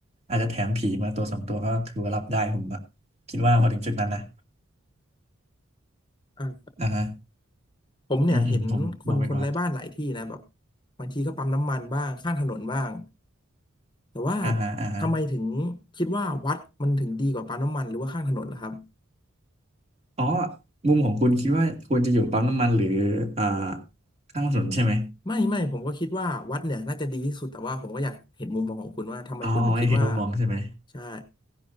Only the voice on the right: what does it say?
อาจจะแถมผีมาตัวสองตัวก็ถือว่ารับได้ผมอะคิดว่าพอถึงจุดนั้นนะ
อ่าฮะ
อืมอืมผมมองเป็นวัด
อ่าฮะ อ่าฮะ
อ๋อมุมของคุณคิดว่าควรจะอยู่ปั๊มน้ำมันหรืออ่า ข้างถนนใช่ไหม
อ๋อเห็นมุมมองใช่ไหม